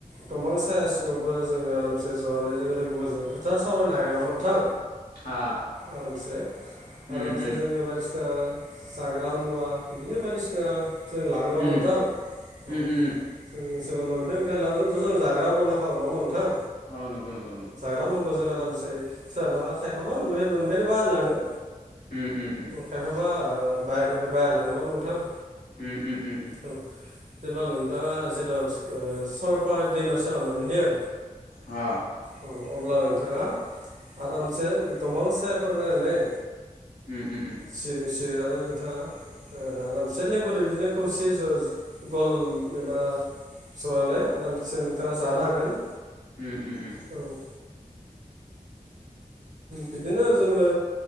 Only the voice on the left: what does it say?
आ
उम
उम
उम
उम उम
औ नंगौ नंगौ नंगौ।
उम उम उम।
उम उम उम उम
हा।
उम उ उम।
उम उम उम